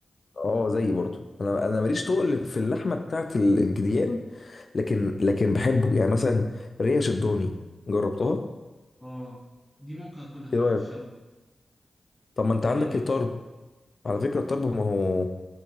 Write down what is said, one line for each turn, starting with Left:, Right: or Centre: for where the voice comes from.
Left: اه زيي برضو انا انا
Centre: م.
Left: ماليش تقل في اللحمه بتاعت ال- الجديان لكن لكن بحبه يعني مثلا ريش الضاني جربتها
Centre: اه دي ممكن اكلها
Left: ايه رايك
Centre: في الشوي
Left: طب ما انت
Centre: دي
Left: عندك
Centre: حلوه
Left: الطرب
Centre: قوي
Left: على فكره الطرب ما هو